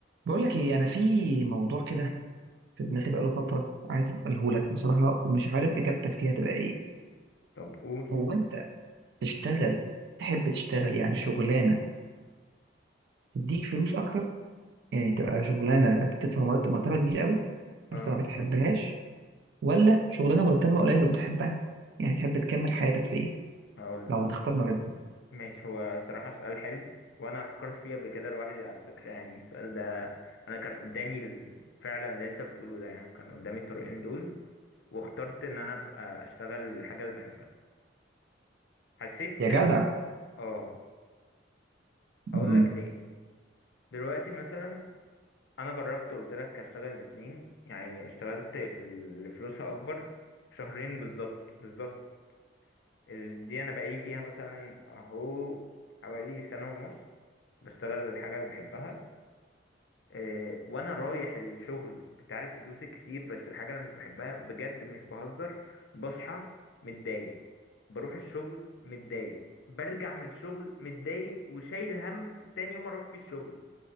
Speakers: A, on the right; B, on the left.
A: بقول لك ايه انا في موضوع كده في دماغي بقاله فتره عايز اساله لك بصراحه ومش عارف اجابتك فيها تبقى ايه
B: طب قول
A: هو انت تشتغل تحب تشتغل يعني شغلانه تديك فلوس اكتر يعني تبقى شغلانه بتدفع مرتب مرتبها كبير قوي
B: اه
A: بس ما بتحبهاش ولا شغلانه مرتبها قليل وبتحبها يعني تحب تكمل حياتك في ايه
B: هقول لك
A: لو هتختار ما بينهم
B: ماشي هو صراحة سؤال حلو وانا فكرت فيه قبل كده لوحدي على فكرة يعني السؤال ده انا كان قدامي ال- فعلا اللي انت بتقوله ده يعني كان قدامي الطريقين دول واخترت ان انا ابقى اشتغل الحاجة اللي بحبها حسيت
A: يا جدع
B: اه هقول
A: مم.
B: لك ليه دلوقتي مثلا انا جربت قلت لك اشتغل الاتنين يعني اشتغلت في اللي فلوسها اكبر شهرين بالظبط بالظبط ال- دي انا بقالي فيها مثلا اهو حوالي سنة ونص بشتغل الحاجة اللي بحبها آه، وانا رايح الشغل بتاع الفلوس الكتير بس الحاجة اللي مش بحبها بجد مش بهزر بصحى متضايق بروح الشغل متضايق برجع من الشغل متضايق وشايل هم تاني يوم اروح فيه الشغل